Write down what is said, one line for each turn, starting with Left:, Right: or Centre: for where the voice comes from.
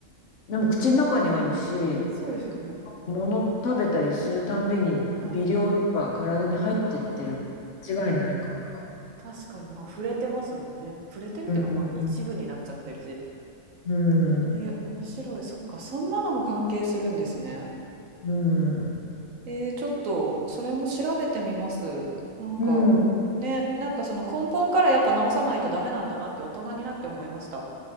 Left: でも口の中にあるし、
Right: そうですよね。
Left: 物食べたりするたんびに微量のが体に入ってってる。
Right: はい。あ
Left: 違いないから。
Right: あ、確かに、まあ、触れてますもんね。触れてるっていうか、
Left: うんうん
Right: まあ、一部になっちゃってるし。
Left: うん。うん。
Right: えー面白い。そっか、そんなのも関係するんですね。
Left: うん。
Right: えー、ちょっと、それも調べてみます。なんか、
Left: うん
Right: ね、なんかその根本からやっぱ治さないとダメなんだなって大人になって思いました。